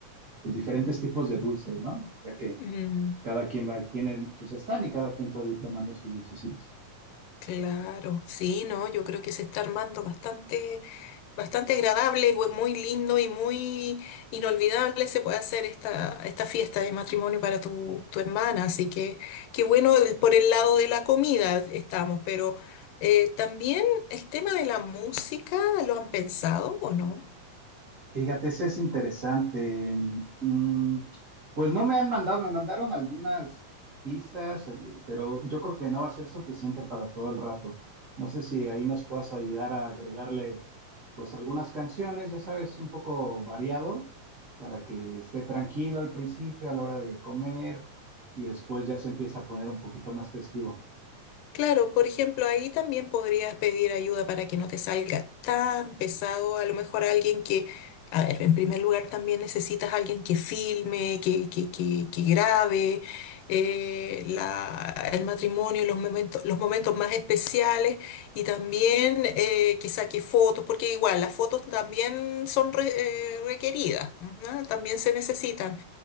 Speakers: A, on the right; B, on the left.
A: pues diferentes tipos de dulces, ¿no? Ya que
B: Mm,
A: cada quien va, tiene sus stand y cada quien puede ir tomando sus dulcecitos.
B: claro, sí, no, yo creo que se está armando bastante. Bastante agradable, bu- muy lindo y muy inolvidable se puede hacer esta, esta fiesta de matrimonio para tu, tu hermana. Así que qué bueno el- por el lado de la comida estamos, pero eh, también el tema de la música, ¿lo han pensado o no?
A: Fíjate, eso es interesante. Mm, pues no me han mandado, me mandaron algunas pistas, eh, pero yo creo que no va a ser suficiente para todo el rato. No sé si ahí nos puedas ayudar a agregarle, pues algunas canciones, ya sabes, un poco variado, para que esté tranquilo al principio, a la hora de comer, y después ya se empieza a poner un poquito más festivo.
B: Claro, por ejemplo, ahí también podrías pedir ayuda para que no te salga tan pesado. A lo mejor alguien que, a ver, en primer lugar también necesitas alguien que filme, que, que, que, que grabe eh, la, el matrimonio, los momentos, los momentos más especiales y también eh, que saque fotos, porque igual las fotos también son re- eh, requeridas, ¿no? También se necesitan.